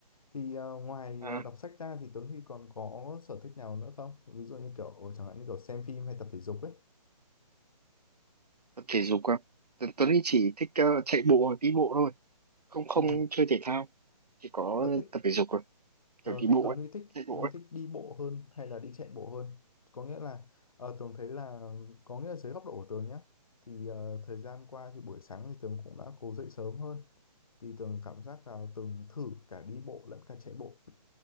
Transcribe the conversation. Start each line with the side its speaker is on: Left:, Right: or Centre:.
Left: thì ờ, ngoài
Right: à,
Left: ờ, đọc sách ra thì Tuấn Huy còn có sở thích nào nữa không ví dụ như kiểu chẳng hạn như kiểu xem phim hay tập thể dục ấy
Right: tập thể dục à. Tuấn Tuấn thì chỉ thích ờ, chạy bộ hoặc đi bộ thôi. Không không
Left: ừ.
Right: chơi thể thao. Chỉ có
Left: Ờ, thế
Right: tập thể dục rồi.
Left: Ờ,
Right: Kiểu đi
Left: thế
Right: bộ
Left: Tuấn
Right: ấy.
Left: Huy thích
Right: Chạy bộ ấy.
Left: thích đi bộ hơn hay là đi chạy bộ hơn? Có nghĩa là ờ, Tường thấy là có nghĩa là dưới góc độ của Tường nhá thì ờ, thời gian qua thì buổi sáng thì Tường cũng đã cố dậy sớm hơn thì Tường cảm giác là Tường thử cả đi bộ lẫn cả chạy bộ